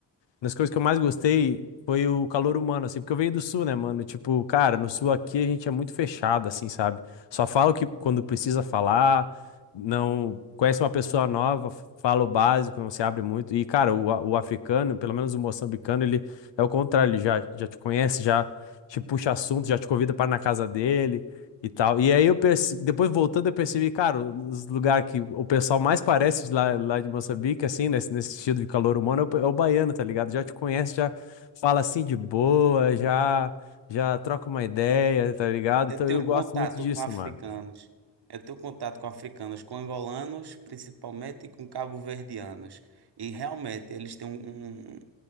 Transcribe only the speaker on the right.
Eu
tenho
contato
com africanos.
Eu tenho contato com africanos, com angolanos, principalmente e com cabo-verdianos. E realmente eles têm um, um,